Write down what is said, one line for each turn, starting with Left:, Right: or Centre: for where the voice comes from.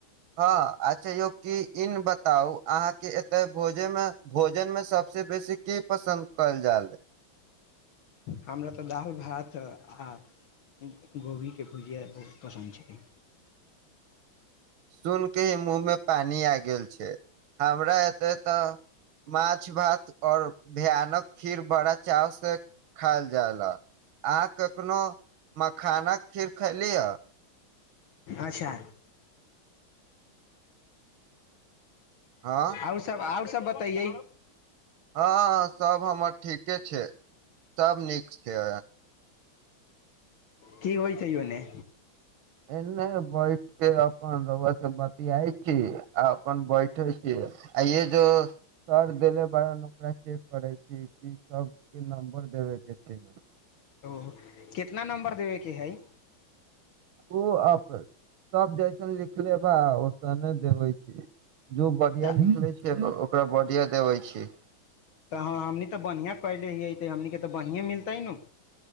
Right: हँ अच्छा यौ कि इन बताउ अहाँके एते भोजन मे भोजन में सबस बेसी कि पसन्द करल जाल?
Left: हमरा तऽ दालि भात आ गोभीके भुजिया बहुत पसन्द छैय।
Right: सुन कऽ ही मुहमे पानि आबि गेल छैय हमरा एतय तऽ माछ भात और भयानक खीर बड़ा चाव से खायल जाय ला। आ कखनो मखाना खीर खैली ह?
Left: अच्छा
Right: हँ
Left: आओर सब आओर सब बतैयै
Right: हँ सब हमर ठीके छै सब नीक छै
Left: की होइ छै ओने
Right: एने बैठ के अपन रउआ से बतियाई छी आ अपन बैठे छी आ ये जो सर देले बारा ओकरा चेक करै छी जी सबके नम्बर देबे के छै
Left: ओ कितना नम्बर देबेके हइ
Right: ओ अब सब जैसन लिख लेबा ओसने देबे छी जो बढ़िया
Left: तऽ
Right: लिखले छै ओकरा बढ़िया देबे छै
Left: तऽ हँ हमनी तऽ बढ़िया कले हियै तऽ हमनीके तऽ बढ़िएँ मिलतै नु